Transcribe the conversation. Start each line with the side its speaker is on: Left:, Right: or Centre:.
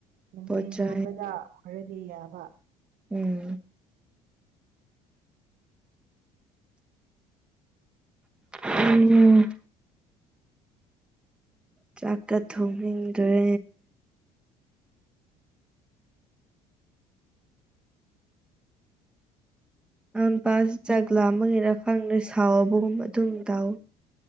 Right: ꯅꯨꯡꯊꯦꯝꯒꯨꯝꯕꯗ
Centre: ꯄꯣꯠ ꯆꯩ
Right: ꯍꯔꯗꯤ ꯌꯥꯕ
Centre: ꯎꯝ ꯎꯝ ꯆꯥꯛꯀ ꯊꯣꯡꯅꯤꯡꯗ꯭ꯔꯦ ꯑꯝꯄꯥꯁ ꯆꯥꯛ ꯂꯥꯝꯕꯒꯤꯔ ꯈꯪꯗꯦ ꯁꯥꯎꯕꯒꯨꯝ ꯑꯗꯨꯝ ꯇꯧ